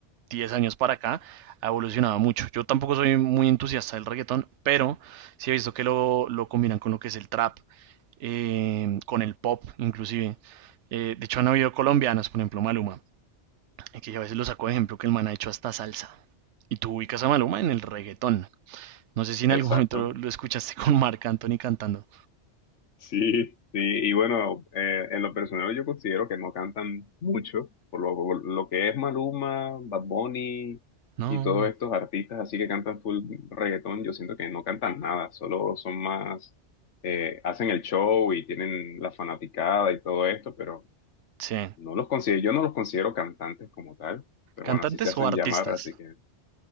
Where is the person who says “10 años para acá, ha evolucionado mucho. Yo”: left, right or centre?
Right